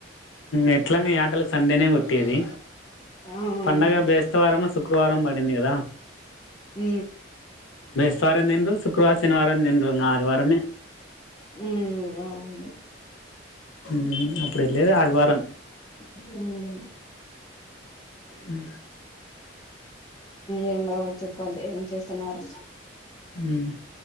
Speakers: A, on the left; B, on the left.
A: ఎట్లాగా యటలు సండేనే కొట్టేది
B: అవును.
A: పండగ బేస్తవారముు శు శుక్రవారం పడింది కదా
B: ఊ
A: వారం తిన్రు శుక్రవారం, శనివారం తిన్రు ఆది వారమే
B: ఉ అవ్
A: మ్ అప్పుడు ఎళ్ళేదే ఆదివారం
B: మ్
A: మ్
B: ఏం బావ చెప్పండి ఏం చేస్తున్నారు
A: మ్